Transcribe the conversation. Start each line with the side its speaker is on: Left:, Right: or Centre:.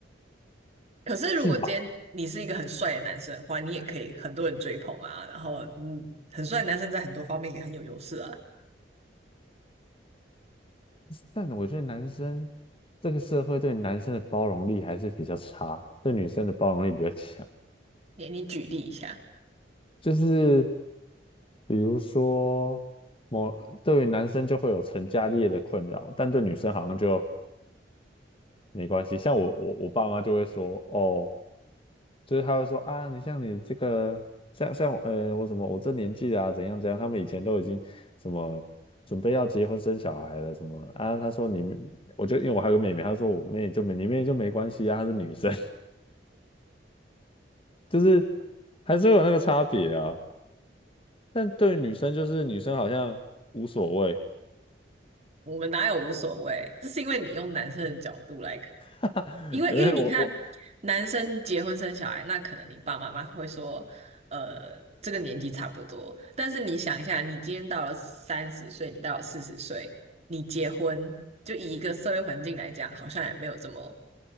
Right: 可是如果今天你是一个很帅的男生的话，
Left: 是吧？
Right: 你也可以很多人追捧啊，然后嗯，很帅的男生在很多方面也很有优势啊。
Left: 但我觉得男生这个社会对男生的包容力还是比较差，对女生的包容力比较强。
Right: 你你举例一下。
Left: 就是比如说，某对于男生就会有成家立业的困扰，但对女生好像就没关系。像我我我爸妈就会说，哦。就是他会说啊，你像你这个，像像我呃，我什么，我这年纪啊，怎样怎样，他们以前都已经什么准备要结婚生小孩了什么啊，他说你，我就因为我还有个妹妹，他说我妹就没你妹就没关系啊，她是女生，<laughs> 就是还是会有那个差别啊。但对于女生就是女生好像无所谓，
Right: 我们哪有无所谓？这是因为你用男生的角度来看，
Left: <laughs>
Right: 因为因为你看男生结婚生小孩，
Left: 因为我我
Right: 那可能你爸妈妈会说，呃，这个年纪差不多。但是你想一下，你今天到了三十岁，你到了四十岁，你结婚，就以一个社会环境来讲，好像也没有这么